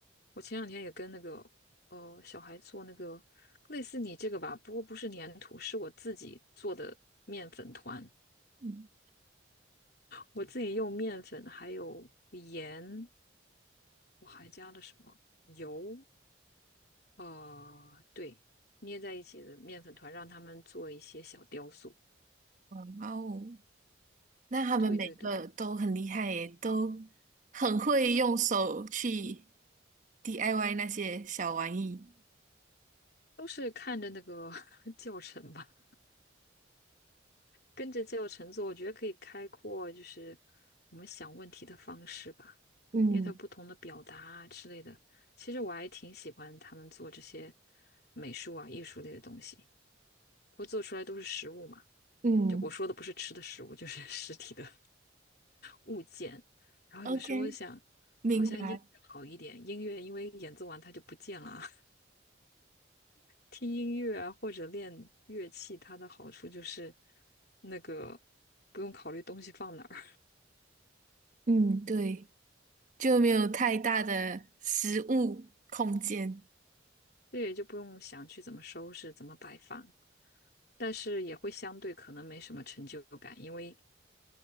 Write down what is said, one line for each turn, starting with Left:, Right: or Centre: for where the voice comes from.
Left: 我前两天也跟那个呃小孩做那个类似你这个吧，不过不是粘土，是我自己做的面粉团，
Right: 嗯，
Left: 我自己用面粉还有盐，我还加了什么油。哦，对，捏在一起的面粉团，让他们做一些小雕塑。
Right: 哇哦，那他们每个都很厉害耶，
Left: 对对对，
Right: 都很会用手去 DIY 那些小玩意。
Left: 都是看着那个 <laughs> 教程吧，跟着教程做，我觉得可以开阔就是我们想问题的方式吧，
Right: 嗯，
Left: 因为它不同的表达啊之类的。其实我还挺喜欢他们做这些美术啊、艺术类的东西，不过做出来都是实物嘛。
Right: 嗯
Left: 就我说的不是吃的食物，就是 <laughs> 实体的。物件，然后有时候想，
Right: OK，明白。
Left: 好像音乐好一点，音乐因为演奏完它就不见了。<laughs> 听音乐啊，或者练乐器，它的好处就是那个不用考虑东西放哪儿，
Right: 嗯，对，就没有太大的实物空间。
Left: <laughs> 对，就不用想去怎么收拾、怎么摆放，但是也会相对可能没什么成就感，因为